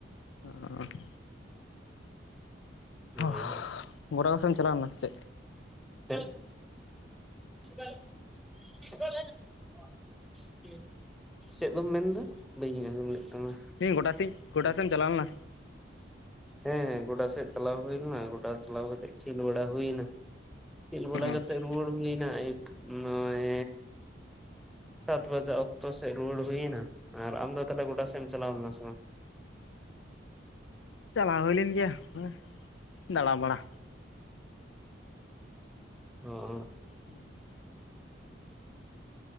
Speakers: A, on the left; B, in the centre.
A: ᱟᱨ <unintelligible>
B: ᱦᱳᱭ
A: ᱚ
B: ᱦᱳᱭ
A: ᱜᱚᱰᱟ ᱠᱚᱥᱮᱫ ᱮᱢ ᱪᱟᱞᱟᱣ ᱞᱮᱱᱟ ᱥᱮ
B: <unintelligible> <unintelligible> ᱪᱮᱫ ᱫᱚᱢ ᱢᱮᱱᱫᱟ ᱵᱟᱹᱧ ᱟᱸᱡᱚᱢ ᱞᱮᱫ ᱛᱟᱢᱟ
A: ᱤᱧ ᱜᱚᱰᱟ ᱥᱮᱫ ᱜᱚᱰᱟ ᱥᱮᱫ ᱮᱢ ᱪᱟᱞᱟᱣ ᱞᱮᱱᱟ
B: ᱦᱮᱸ ᱦᱮᱸ ᱜᱚᱰᱟ ᱥᱮᱫ ᱪᱟᱞᱟᱣ ᱦᱩᱭ ᱞᱮᱱᱟ ᱜᱚᱰᱟ ᱪᱟᱞᱟᱣ ᱠᱟᱛᱮ ᱠᱷᱮᱞ ᱵᱟᱲᱟ ᱦᱩᱭᱱᱟ᱾ ᱠᱷᱮᱞ ᱵᱟᱲᱟ
A: ᱚ
B: ᱠᱟᱛᱮᱜ
A: ᱟᱪᱪᱷᱟ
B: ᱨᱩᱣᱟᱹᱲ ᱦᱩᱭᱱᱟ ᱱᱚᱜ ᱚᱭ ᱥᱟᱛ ᱵᱟᱡᱟ ᱚᱠᱛᱚ ᱥᱮᱫ ᱨᱩᱣᱟᱹᱲ ᱦᱩᱭᱱᱟ ᱟᱨ ᱟᱢ ᱫᱚ ᱛᱟᱦᱚᱞᱮ ᱜᱚᱰᱟ ᱥᱮᱫ ᱮᱢ ᱪᱟᱞᱟᱣ ᱞᱮᱱᱟ ᱥᱮ ᱵᱟᱝ?
A: ᱪᱟᱞᱟᱣ ᱦᱩᱭ ᱞᱮᱱ ᱜᱮᱭᱟ ᱦᱮ ᱫᱟᱬᱟ ᱵᱟᱲᱟ
B: ᱚ
A: <inaudible>